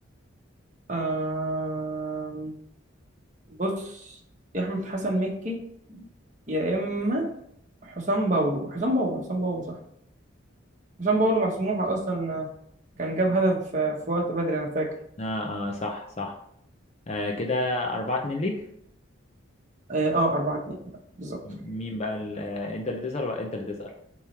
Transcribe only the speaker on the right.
آه، بص يا احمد حسن مكي يا اما حسام باولو حسام باولو حسام باولو صح حسام باولو مع سموحه اصلا كان جاب هدف آه، في وقت بدري انا فاكر
اه آه، 4 2 بالظبط